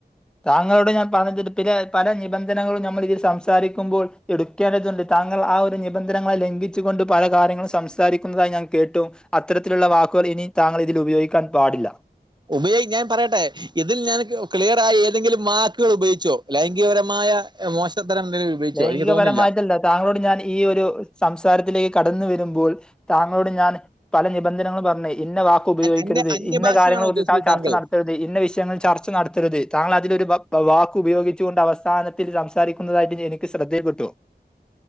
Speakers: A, in the centre; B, on the right (about 25°).
A: താങ്ങളോട് ഞാൻ പറഞ്ഞിട്ട്ട്ട് പിന്നെ പല നിബന്ധനകളും നമ്മള് ഇതിൽ സംസാരിക്കുമ്പോൾ എട് ക്കേണ്ടതുണ്ട് താങ്കൾ ആ ഒരു നിബന്ധനങ്ങളെ ലംഘിച്ച്കൊണ്ട് പല കാര്യങ്ങളും സംസാരിക്കുന്നതായി ഞാൻ കേട്ടു അത്തരത്തില്ള്ള വാക്കുകൾ ഇനി താങ്ങൾ ഇതിൽ ഉപയോഗിക്കാൻ പാടില്ല
B: ഉമയ് ഞാൻ പറയട്ടെ ഇതിൽ ഞാൻ ക്ലിയറായി ഏതെങ്കിലും വാക്കുകള് ഉപയോഗിച്ചൊ. ലൈംഗീകപരമായ മോശത്തരം ഉപയോകിച്ചൊ. പയൊഗിച്ചൊ
A: ലൈംഗികപരമായിട്ടല്ല
B: എനിക്ക് തോന്നില്ല
A: താങ്കളോട് ഞാൻ ഈ ഒരു സംസാരത്തിലേക്ക് കടന്ന് വര്മ്പോൾ, താങ്കളോട് ഞാൻ. പല നിബന്ധനകളും പറഞ്ഞ് ഇന്ന വാക്ക് ഉപയോഗിക്കരുത്
B: അന്യ അന്യഭാഷയാണോ
A: ഇന്ന കാര്യങ്ങളെ കുറ്ച്ച്
B: ഉദ്ദേശിച്ചത്
A: ചർച്ച
B: താങ്കൾ
A: നടത്തരു ഇന്ന വിഷയങ്ങൾ ചർച്ച നടത്തരുത് താങ്കൾ അതിലൊരു വാക്ക് ഉപയോഗിച്ചുകൊണ്ട് അവസാനത്തിൽ സംസാരിക്കുന്നതായിട്ട് എനിക്ക് ക്ക് ശ്രദ്ധയിൽ പെട്ടു